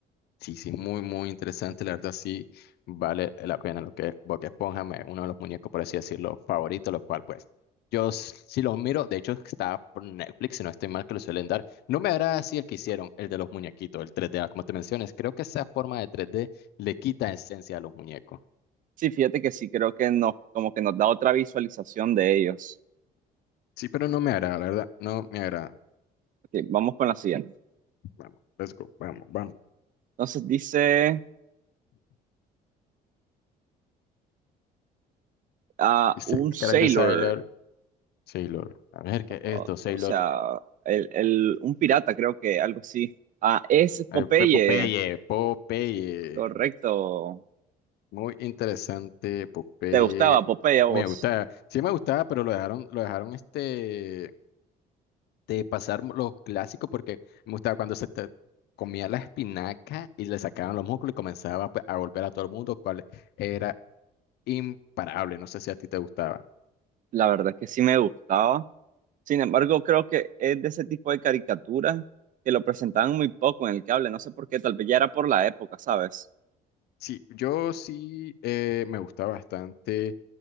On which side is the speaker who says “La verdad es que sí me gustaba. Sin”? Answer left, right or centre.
Right